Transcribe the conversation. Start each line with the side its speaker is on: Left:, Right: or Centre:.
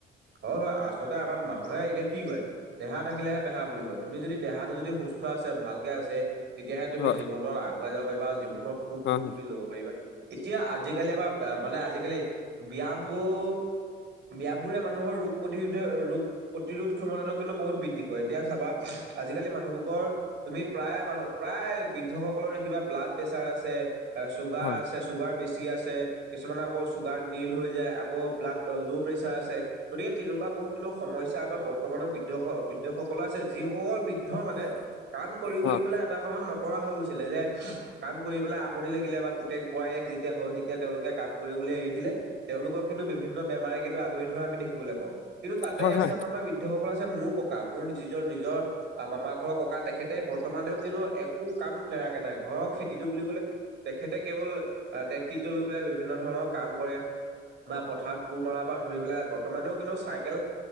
Right: হয়, হয় আচলতে আমাৰ মানুহে এতিয়া কি কয় দেহা থাকিলেহে বেহা বুলি কয় তুমি যদি দেহাটো যদি সুস্থ আছে ভালকে আছে তেতিয়াহে তুমি
Left: হয়
Right: জীৱনত আগুৱাই যাব পাৰিবা আৰু জীৱনৰ সুখবোৰ
Left: হয়
Right: তুমি ল'ব পাৰিবা। এতিয়া আজিকালি এমাৰ মানে আজিকালি ব্যায়ামবোৰ ব্যায়ামবোৰে মানুহৰ ৰোগ প্ৰতিৰোধে ৰোগ প্ৰতিৰোধ ক্ষমতাটো কিন্তু বহুত বৃদ্ধি কৰে এতিয়া চাবা আজিকালি মানুহব তুমি প্ৰায় মানহ প্ৰায় বৃদ্ধসকলৰ দেখিবা ব্লাড প্ৰেচাৰ আছে চুগাৰ
Left: হয়
Right: আছে চুগাৰ পছ আছে কিছুমানৰ আকৌ চুগাৰ নীল হৈ যায় আকৌ ব্লাড ল' প্ৰেচাৰ আছে গতিকে তেনেকুৱা বহুত কিনু সমস্যা আমাৰ বৰ্তমানৰ বৃদ্ধস বৃদ্ধসকলৰ আছে যিসকল বৃদ্ধ মানে কাম কৰি
Left: হয়
Right: কৰি পেলাই এটা সময়ত নক কৰা হৈ গৈছিলে যে কাম কৰিব পেলাই আমনি লাগিলে বা পুতেক বোৱাৰীয়েক যেতিয়া হ'ল তেতিয়া তেওঁলোকে কাম কৰিব বুলি আহি দিলে তেওঁলোকক কিন্তু বিভিন্ন বেমাৰে কিন্তু আগুৰি ধৰা আমি দেখিবলৈ পাওঁ, কিন্তু তাতে
Left: হয়
Right: আছে
Left: হয়
Right: এচাম
Left: হয়
Right: আমাৰ বৃদ্ধসকল মোৰ ককা মোৰ নিজৰ নিজৰ মামা ঘৰৰ ককা তেখেতে বৰ্তমানেও কিন্তু একো কাম না নাই ঘৰৰ খেতিটো বুলি ক'লে তেখেতে কেৱল নেতৃত্ব লৈ পেলাই বিভিন্ন ধৰণৰ কাম কৰে বা পথাৰত কোৰ মাৰাৰ পৰা ধৰি পেলাই বৰ্তমানেও কিন্তু চাইকেল